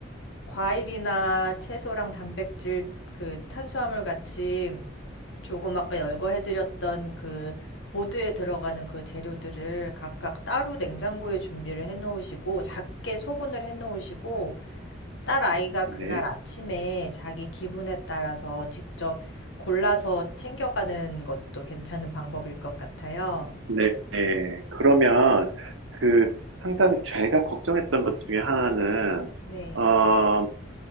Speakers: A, on the left; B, on the right.
A: 과일이나 채소랑 단백질 그 탄수화물 같이 조금 아까 열거해드렸던 그 보드에 들어가는 그 재료들을 각각 따로 냉장고에 준비를 해놓으시고 작게 소분을 해놓으시고 딸 아이가
B: 네,
A: 그날 아침에 자기 기분에 따라서 직접 골라서 챙겨가는 것도 괜찮은 방법일 것 같아요.
B: 네. 네. 그러면 그 항상 제가 걱정했던 것 중에 하나는
A: 네.
B: 어,